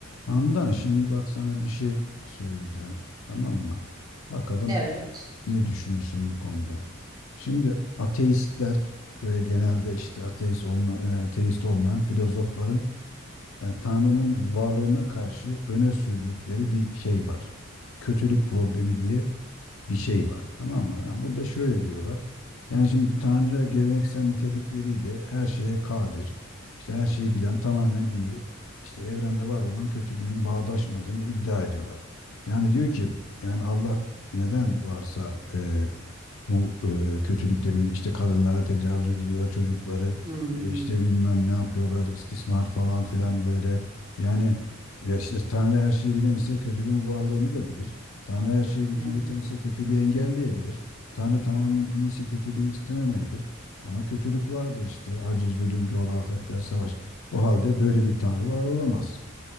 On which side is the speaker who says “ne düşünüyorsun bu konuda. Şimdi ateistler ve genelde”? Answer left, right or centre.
Left